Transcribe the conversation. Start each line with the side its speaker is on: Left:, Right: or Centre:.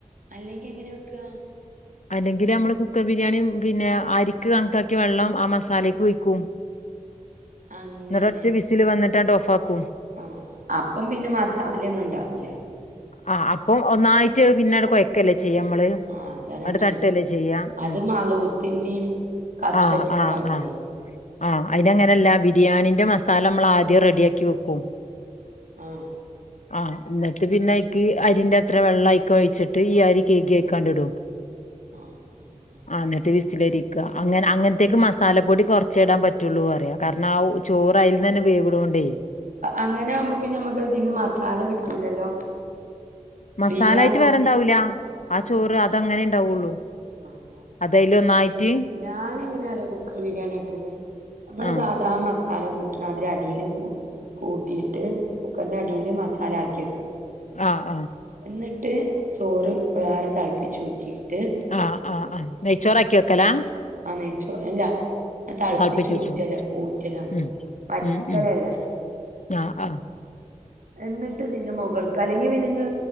Right: അല്ലെങ്കി എങ്ങനെ വെക്കുക
Left: അല്ലെങ്കിൽ നമ്മള് കുക്കർ ബിരിയാണി പിന്നെ അരിക്ക് കണക്കാക്കി വെള്ളം ആഹ് മസാലക്ക് ഒഴിക്കും
Right: അങ്ങനെ
Left: എന്നിട്ട് ഒറ്റ വിസിൽ വന്നിട്ടാണ്ട് ഓഫ് ആക്കും
Right: ആഹ് അപ്പം പിന്നെ മസാല ഒന്നും ഉണ്ടാവൂല
Left: ആഹ് അപ്പം ഒന്നായിട്ട് പിന്നെ കൊയ്ക്കല്ലേ ചെയ്യ നമ്മള്
Right: ആഹ് അതാ
Left: ആണ്ട്
Right: ചോയിച്ചത്
Left: തട്ടല്ലേ ചെയ്യാ
Right: അത്
Left: ഉം
Right: മലൂത്തിന്റെയും കബ്സന്റെ
Left: ആഹ്
Right: ഒക്കെ
Left: ആഹ്
Right: മാതിരി
Left: ആഹ് ആഹ് അതിനങ്ങനെയല്ല ബിരിയാണീന്റെ മസാല നമ്മൾ ആദ്യം റെഡിയാക്കി വെക്കും
Right: അഹ്
Left: ആഹ് <unintelligible> പിന്നെക്ക് അരിന്റെ അത്ര വെള്ളം ആയിക്കോ ഒഴിച്ചിട്ട് ഈ അരി കഴുകി അതിലകിടും
Right: ആഹ് ആഹ് ആഹ്
Left: എന്നിട്ട് വിസ്ൽരിക്കുക അങ്ങനെ അങ്ങനത്തേക്കക്ക് മസാലപ്പൊടി കുറച്ച ഇടാൻ പറ്റുയുള്ളൂ പറയാം കാരണം ആഹ് ചോറ് അയിൽ തന്നെ വേവിടോണ്ടേ
Right: അങ്ങനെ ആകുമ്പോ പിന്നെ നമ്മുക്ക് അതിൽന്ന് മസാല കിട്ടൂലല്ലോ
Left: മസാലായിട്ട്
Right: ബിരിയാണി
Left: വേറെണ്ടാവൂല
Right: അതാ
Left: ആഹ് ചോറ്
Right: ഞാൻ ചോയി
Left: അത് അങ്ങനെ ഇണ്ടാവുള്ളു
Right: ആഹ് ആഹ് ആഹ്
Left: അത് അതിൽ ഒന്നായിറ്റി
Right: ഞാൻ എങ്ങനെയ കുക്കർ ബിരിയാണിക്കല്ലേ നമ്മള്
Left: ആ
Right: സാധാ മസാല ല കൂട്ടണം അതി അടിൽ കു കൂട്ടിയിട്ട് കുക്കറിന്റെ അടിൽ മസാല ആക്കി വെക്കുക
Left: ആഹ് ആഹ്
Right: എന്നിട്ട് ചോറ് വേറെ തിളപ്പിച്ചു ഉ റ്റിയിട്ട്
Left: ആഹ് ആഹ് ആഹ് നെയ്ച്ചോറാക്കി വെക്കലാ
Right: ആഹ് നെയ്ച്ചോർ അല്ല ഞാൻ തിളുപ്പിച്ചു
Left: തളപ്പിച്ചൂറ്റും
Right: ഊറ്റല ഊറ്റലാണ്
Left: ഉം
Right: വറ്റിക്കല
Left: ഉം ഉം
Right: അല്ല
Left: ആ ആ
Right: എന്നിട്ട് ഇതിന്റെ മുകൾക്ക് അല്ലെങ്കിൽ പിന്നെ